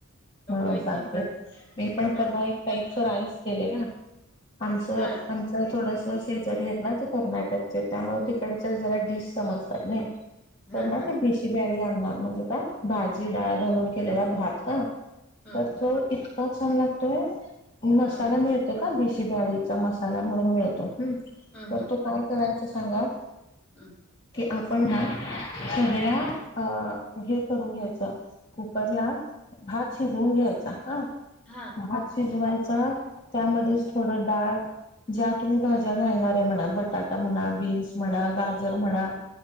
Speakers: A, on the left; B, in the centre.
A: हा
B: होय
A: सांगते,
B: की
A: मी पण
B: हा
A: परवा एक टाईपच राईस केलेला आमचं,
B: हा
A: आमचं थोडस शेजारी आहेत ना, ते कर्नाटकचे त्यामुळ तिकडं चल, जरा डिस समजतात ने
B: हा
A: तर ना
B: हा
A: ते डिश ति ब्यारी आणणार म्हजता भाजी डाळ घालून केलेला भात ह
B: हम्म
A: तर तो इतका छान लागतोय, मसाला
B: हम्म
A: मिळतो का बी शि बाळीचा मसाला म्हणून मिळतो,
B: हम्म
A: पण तो काय करायचा सांगा?
B: ह्म्म.
A: कि आपण ना सगळ्या अ हे करून घ्यायचं. कुकर ला भात शिजवून घ्यायचा हा.
B: हा.
A: भात शिजवायचा, त्यामध्येच थोडं डाळ ज्या तुम्ही भाज्या घालणार आहे म्हणा, बटाटा म्हणा, बीन्स म्हणा, गा जर म्हणा,